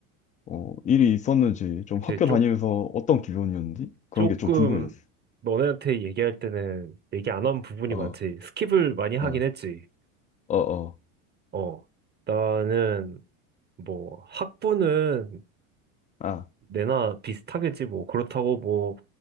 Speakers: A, on the left; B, on the right.
A: 어, 일이 있었는지, 좀
B: 그치,
A: 학교
B: 조,
A: 다니면서 어떤 기분이었는지 그런
B: 조금,
A: 게 좀 궁금해졌어.
B: 너네한테 얘기할 때는 얘기 안 한 부분이
A: 어,
B: 많지. 스킵을 많이 하긴
A: 어,
B: 했지.
A: 어, 어,
B: 어, 나는, 뭐, 학부는
A: 아,
B: 내나 비슷하겠지. 뭐, 그렇다고 뭐,